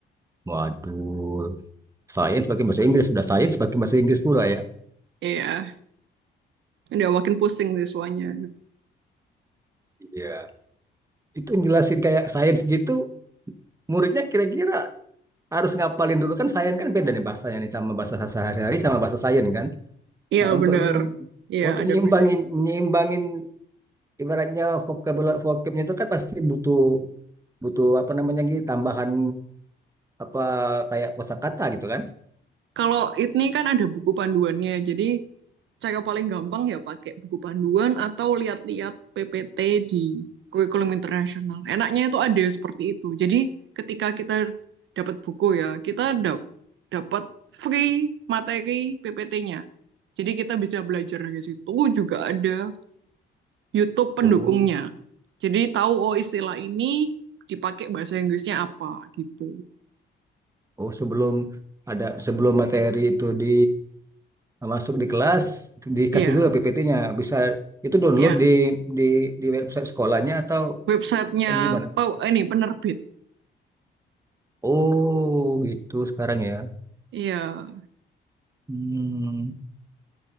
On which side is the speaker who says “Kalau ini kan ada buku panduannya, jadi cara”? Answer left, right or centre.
Right